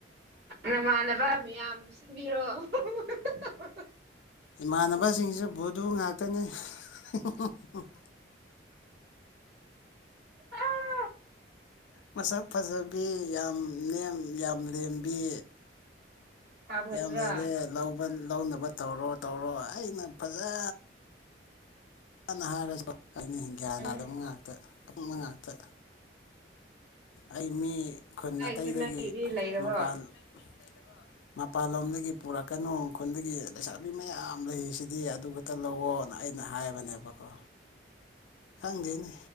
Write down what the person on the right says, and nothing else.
ꯅꯃꯥꯟꯅꯕ ꯃꯌꯥꯝ ꯁꯤꯟꯕꯤꯔꯣ ꯍꯨ ꯍꯨ ꯍꯨ
ꯑꯥ
ꯄꯥꯝꯒꯟꯗ꯭ꯔꯥ
ꯎꯝ
ꯍꯥꯏꯔꯤꯁꯦ
ꯅꯪꯒꯤꯗꯤ ꯂꯩꯔꯕꯣ